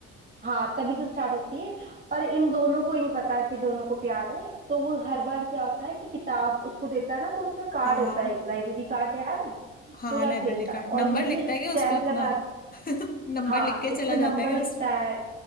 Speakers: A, on the right (about 30°); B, on the left (about 25°).
A: हाँ तभी से स्टार्ट होती है पर इन दोनों को ही नहीं पता कि दोनों को प्यार है तो वो हर बार क्या होता है कि किताब उसको देता है ना तो उसमें कार्ड
B: हाँ
A: होता
B: हाँ
A: है एक लाइब्रेरी कार्ड याद है
B: हाँ
A: तो
B: लाइब्रेरी
A: रख देता है
B: का
A: और
B: नंबर
A: ये
B: लिखता
A: भी स्टैंप
B: है क्या उस पे अपना
A: लगा
B: <laughs> नंबर
A: हाँ
B: लिख के
A: इस
B: चला
A: पे नंबर
B: जाता है क्या
A: लिखता
B: उस पे
A: है